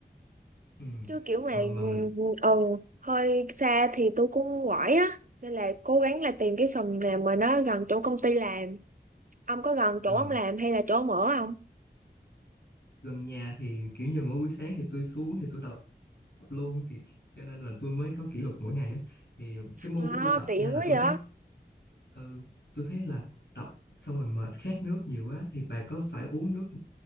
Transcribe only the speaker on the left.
ừ
ờ, mà mình
Ờ,
gần nhà thì kiểu như mỗi buổi sáng thì tôi xuống thì tôi tập luôn thì cho nên là tôi mới có kỷ luật mỗi ngày á thì cái môn
của tôi tập
nha là
tôi
thấy ừ, tôi thấy là tập xong rồi mệt khát nước nhiều quá thì bà có phải uống nước